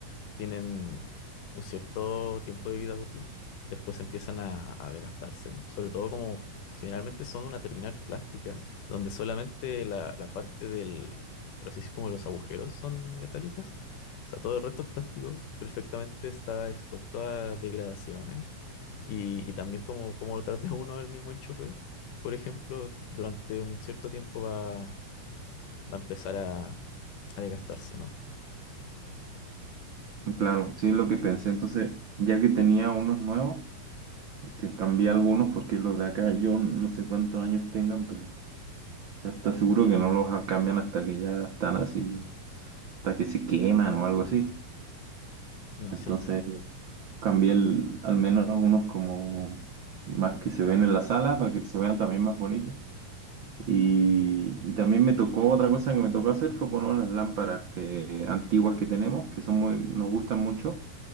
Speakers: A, on the left; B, on the right.
A: tienen un cierto tiempo de vida útil, después empiezan a, a desgastarse, sobre todo como generalmente son una terminal plástica, donde solamente la, la parte del, por así decir, como los agujeros son metálicas, o sea, todo el resto es plástico, perfectamente está expuesto a degradaciones y, y también como, como lo trate <laughs> uno el mismo enchufe, por ejemplo, durante un cierto tiempo va, va a empezar a, a desgastarse, ¿no?
B: Claro, sí es lo que pensé. Entonces, ya que tenía unos nuevos, este, cambié algunos porque los de acá yo no sé cuántos años tengan, pero o sea, está seguro que no los a- cambian hasta que ya están así, hasta que se queman o algo así.
A: No,
B: Entonces,
A: sí.
B: cambié el- al menos unos como más que se ven en la sala para que se vean también más bonitos. Y,
A: Mm,
B: y también me tocó, otra cosa que me tocó hacer fue poner unas lámparas que, antiguas que tenemos, que son muy, nos gustan mucho